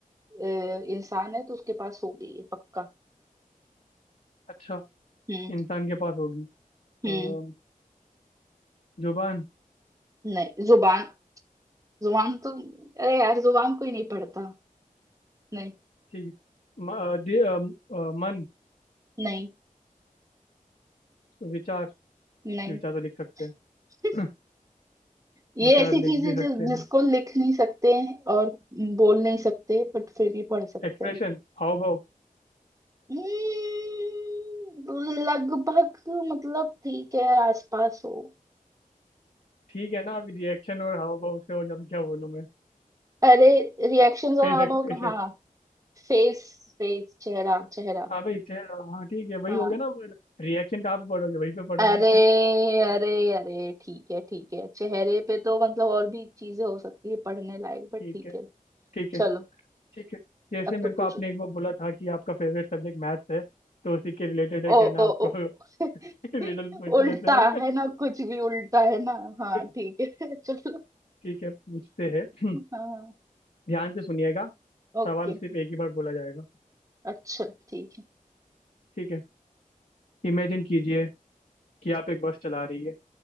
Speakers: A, on the right; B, on the left.
A: अ, इंसान है तो उसके पास होगी ये पक्का
B: अच्छा
A: हम्म
B: इंसान के पास होगी
A: हम्म
B: अम्म, जुबान
A: नहीं जुबान जुबान तो अरे यार जुबान कोई नहीं पढ़ता नहीं
B: ठीक है म, अ, दि- अ, म, अ, मन
A: नहीं
B: विचार
A: नहीं
B: विचार तो लिख सकते
A: <laughs>
B: हैं <laughs>
A: ये
B: विचार
A: ऐसी
B: लिख
A: चीज है
B: भी
A: जो
B: सकते
A: जिसको
B: हैं
A: लिख नहीं सकते हैं और बोल नहीं सकते बट फिर भी पढ़ सकते
B: एक्सप्रेशन
A: हैं
B: हाव भाव
A: हम्म, लगभग मतलब ठीक है आसपास हो
B: ठीक है ना अभी रिएक्शन और हाव भाव से और ज्यादा क्या बोलूं मैं
A: अरे रिएक्शन जरा
B: Face
A: अब
B: expression
A: हाँ फेस फेस चेहरा चेहरा
B: हाँ भाई चेहरा हाँ ठीक है वही
A: हाँ
B: हो गया ना रिएक्शन कहाँ पे पढ़ोगे वहीं पे पढ़ोगे
A: अरे
B: <laughs>
A: अरे अरे ठीक है ठीक है चेहरे पे तो मतलब और भी चीजें हो सकती है पढ़ने लायक बट
B: ठीक
A: ठीक
B: है
A: है
B: ठीक
A: चलो
B: है ठीक है जैसे
A: अब
B: मेरे
A: तुम
B: को
A: पूछो
B: आपने एक बार बोला था कि आपका फेवरेट सब्जेक्ट मैथ्स है तो उसी के रिलेटेड है कहना
A: ओ
B: आपको
A: ओ ओ
B: <laughs>
A: <laughs>
B: रिडल पूछ
A: उल्टा
B: लेते हैं
A: है ना कुछ भी उल्टा है ना हाँ
B: <laughs>
A: ठीक है <laughs> चलो
B: ठीक है पूछते हैं
A: हाँ हाँ।
B: <clears throat> ध्यान से सुनिएगा
A: ओके
B: सवाल सिर्फ एक ही बार बोला जाएगा
A: अच्छा ठीक है
B: ठीक है इमेजिन कीजिए कि आप एक बस चला रही है